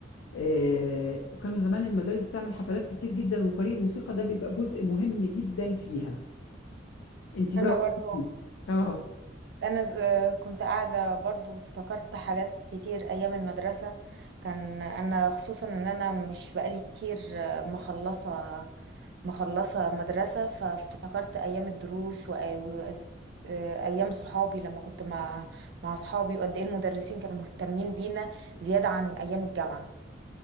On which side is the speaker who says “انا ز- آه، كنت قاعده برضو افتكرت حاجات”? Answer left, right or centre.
Right